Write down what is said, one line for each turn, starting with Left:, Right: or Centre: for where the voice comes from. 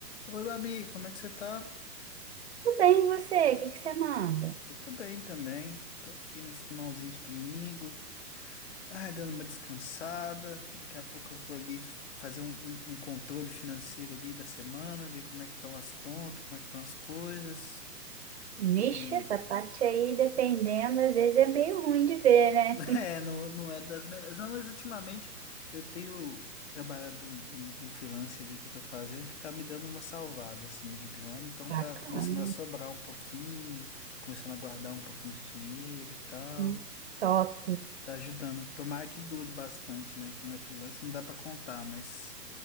Left: Oi, Babi, como é que você tá?
Right: Tudo bem, e você? O que que você manda?
Left: Eu tô bem também. Tô aqui nesse finalzinho de domingo. Ai, dando uma descansada. Daqui a pouco eu vou ali f- fazer um, um- um controle financeiro ali da semana, ver como é que estão as contas, como é que estão as coisas.
Right: Vixe,
Left: E
Right: essa parte aí, dependendo, às vezes é meio ruim de ver, né?
Left: <laughs> é, não, não é das melhores. Não, mas ultimamente eu tenho trabalhado um, um, um freelance ali que eu tô fazendo que tá me dando uma salvada, assim, de grana. Então
Right: Bacana.
Left: tá começando a sobrar um pouquinho, começando a guardar um pouquinho de dinheiro e tal.
Right: hum, Top.
Left: Tá ajudando. Tomara que dure bastante, né? Como é freelancer, não dá pra contar, mas